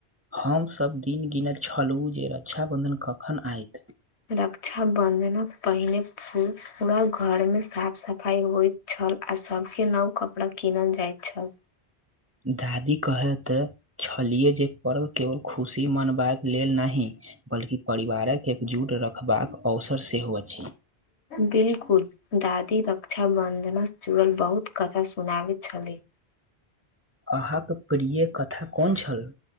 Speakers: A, on the right; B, on the left.
A: हमसब दिन गिनैत छलुं जे रक्षाबन्धन कखन आइत।
B: रक्षा बंधनक पहिने पू पूरा घर मे साफ सफाई होइत छल आ सबके नब कपड़ा कीनल जाइत छल।
A: दादी कहै त छलियै जे पर्व केवल खुशी मनबाक लेल नही बल्कि परिवारक एकजूट रखबाक अवसर सेहो अछि।
B: बिल्कुल, दादी रक्षाबंधनस जुरल बहुत कथा सुनाबैत छली।
A: अहाँके प्रिय कथा कौन छल?